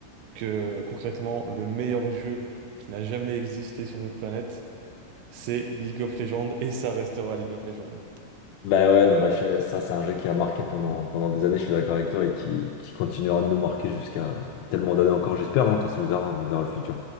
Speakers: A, on the right; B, on the left.
A: que concrètement, le meilleur jeu qui n'a jamais existé sur cette planète, c'est League of Legends et ça restera League of Legends.
B: Bah ouais, non, bah, je- ça c'est un jeu qui a marqué pendant, pendant des années, je suis d'accord avec toi, et qui, qui continuera de nous marquer jusqu'à tellement d'années encore, j'espère, hein, de toute façon on verra, on verra le futur.